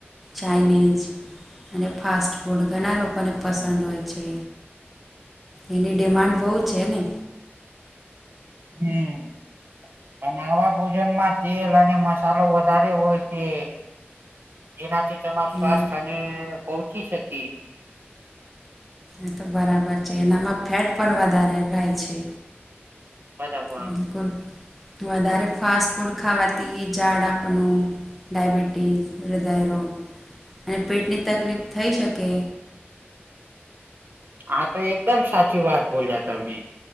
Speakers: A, in the centre; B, on the right (about 55°).
A: Chinese અને ફાસ્ટ ફૂડ ઘણા લોકોને પસંદ હોય છે. એની ડિમાન્ડ બહુ છે ને.
B: હમ્મ. પણ આવા ભોજન માં તેલ અને મસાલો વધારે હોય છે. જેનાથી તમારું સ્વાસ્થ્ય
A: એ
B: અને પહોચી શકે.
A: એ તો બરાબર છે એનામાં ફેટ પણ વધારે રહે છે.
B: બધા પણ
A: બિલકુલ વધારે ફાસ્ટ ફૂડ ખાવાથી ઝાડ આપનું ડાયબિટીસ હૃદયરોગ અને પેટની તકલીફ થઈ શકે
B: હા તો એકદમ સાચી વાત બોલ્યા તમે.